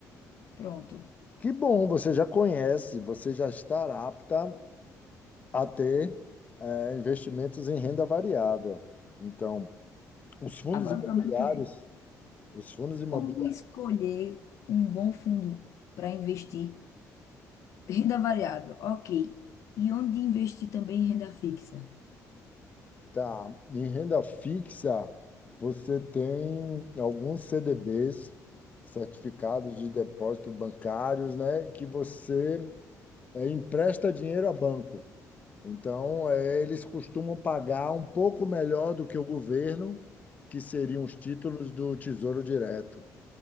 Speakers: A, on the left; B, on the left.
A: Pronto.
B: Que bom, você já conhece, você já está apta a ter é, investimentos em renda variável. Então, os fundos
A: Agora
B: imobiliários,
A: o problema é
B: os fundos imobiliários
A: como escolher um bom fundo para investir? Renda variável, ok. E onde investir também em renda fixa?
B: Tá. Em renda fixa, você tem alguns CDBs, certificados de depósito bancários, né, que você eh, empresta dinheiro a banco. Então, eh, eles costumam pagar um pouco melhor do que o governo, que seriam os títulos do Tesouro Direto.